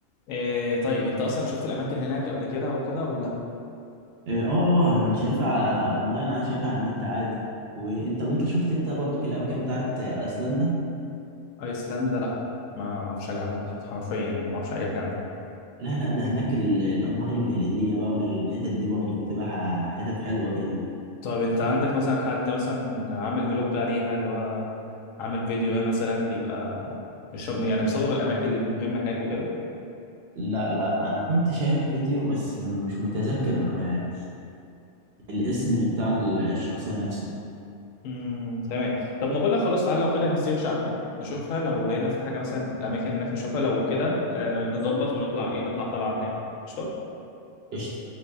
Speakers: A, on the left (about 80°); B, on the right (about 60°).
A: إيه طيب انت اصلا شفت الاماكن هناك قبل كده وكده ولا
B: اه اه آه، انا شايفها ع- اونلاين انا شايفها على النت عادي وانت طب انت شفت انت برضك الاماكن بتاعت ايسلندا
A: ايسلندا لا ما اعرفش حاجه عنها حرفيا يعني ما اعرفش اي حاجه عنها
B: لا لا ده هناك ال- الأنهار الجليدية بقى والحتت دي برضو بتبقى ح- حتت حلوة كده
A: طب انت عندك مثلا حد مثلا عامل فلوج عليها اللي هو عامل فيديو مثلا بيبقى مش يعني مصور الاماكن المهمه هناك وكده
B: لا لا أنا كنت شايف فيديو بس مش متذكر آه، الاسم بتاع الشخصية نفسه
A: امم تمام طب ما بقولك خلاص تعالى لو كده نسيرش عنها نشوفها لو لقينا في حاجه مثلا الاماكن هناك نشوفها لو كده آه نظبط ونطلع ايه نطلع طالعه هناك قشطه
B: قشطة.